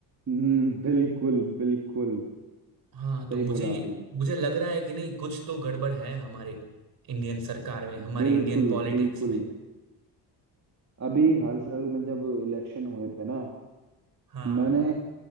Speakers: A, on the right (about 40°); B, on the right (about 55°).
A: हम्म, बिल्कुल बिल्कुल
B: हाँ तो
A: सही
B: मुझे
A: बोला
B: ये-
A: आपने
B: मुझे लग रहा है कि नहीं कुछ तो गड़बड़ है हमारी इंडियन सरकार में हमारी
A: बिल्कुल
B: इंडियन पॉलिटिक्स
A: बिल्कुल
B: में
A: अभी हाल फिलहाल में जब इलेक्शन हुए थे ना
B: हाँ
A: मैंने